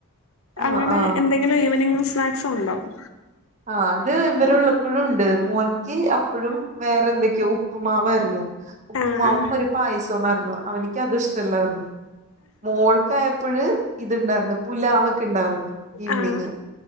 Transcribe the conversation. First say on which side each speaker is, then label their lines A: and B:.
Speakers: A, on the right (about 35°); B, on the left (about 75°).
A: ആഹ്
B: അങ്ങനെ
A: ആഹ്
B: എന്തെങ്കിലും ഈവനിംഗ് സ്നാക്സും ഉണ്ടാവും.
A: ആഹ്. അത് ഇവരുള്ളപ്പഴും ഉണ്ട്. മോൻക്ക് അപ്പഴും വേറെ എന്തൊക്കെയോ ഉപ്പുമാവായിരുന്നു. ഉപ്പുമാവും
B: ആഹ്
A: ഒരു പായസവുമാർന്നു അവനിക്കതും ഇഷ്ടല്ലാർന്ന് മോൾക്കായപ്പഴ് ഇത്ണ്ടായിർന്ന് പുലാവൊക്കെ ഇണ്ടാർന്നു. ഈവ്ണിങ്,
B: ആഹ്